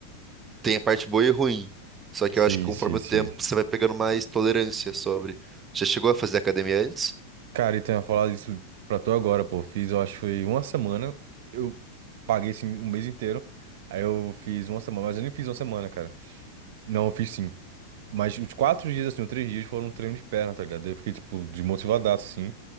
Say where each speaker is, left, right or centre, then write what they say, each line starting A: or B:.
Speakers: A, on the right; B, on the right.
A: tem a parte boa e ruim. Só que
B: Sim,
A: eu acho que conforme
B: sim, sim.
A: o tempo você vai pegando mais tolerância sobre. Já chegou a fazer academia antes?
B: Cara, então eu ia falar isso pra tu agora, pô. Fiz, eu acho que foi uma semana. Eu paguei, assim, o mês inteiro. Aí eu fiz uma semana, mas eu nem fiz uma semana, cara. Não, eu fiz sim. Mas os quatro dias, assim, os três dias foram um treino de perna, tá ligado? Eu fiquei, tipo, desmotivadaço, assim.